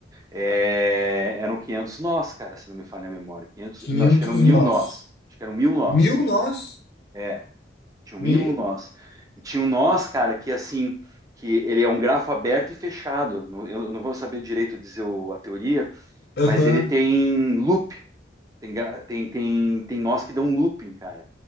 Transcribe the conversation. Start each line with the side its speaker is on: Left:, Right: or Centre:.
Right: É, eram 500 nós, cara, se não me falha a memória. 500,
Left: 500
Right: não, acho que eram mil
Left: nós.
Right: nós. Acho que eram mil nós.
Left: Mil nós?
Right: É, Tinha um mínimo
Left: E...
Right: nós. E tinha um nós, cara, que assim, que ele é um grafo aberto e fechado. Não- Eu não vou saber direito dizer o- a teoria,
Left: Aham.
Right: mas ele tem loop tem, gra- tem, tem, tem nós que dão looping, cara.